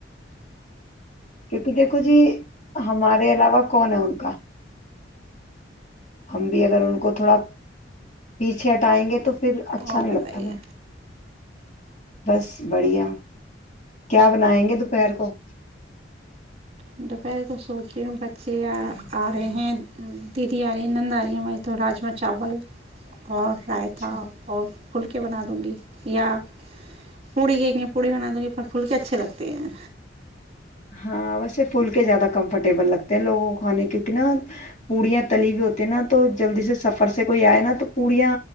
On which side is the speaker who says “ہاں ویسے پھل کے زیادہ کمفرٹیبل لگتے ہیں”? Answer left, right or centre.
Left